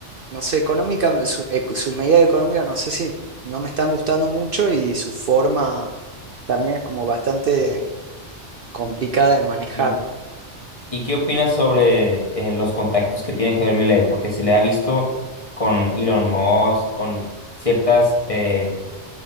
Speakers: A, on the right; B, on the left.
A: no sé, económica, su- ec- sus medidas económicas, no sé si no me están gustando mucho y su forma también es como bastante complicada de manejar,
B: Ujú.
A: ¿no?
B: ¿Y qué opinas sobre eh, los contactos que tiene Javier Milei? Porque se le ha visto con Elon Musk, con ciertas eh,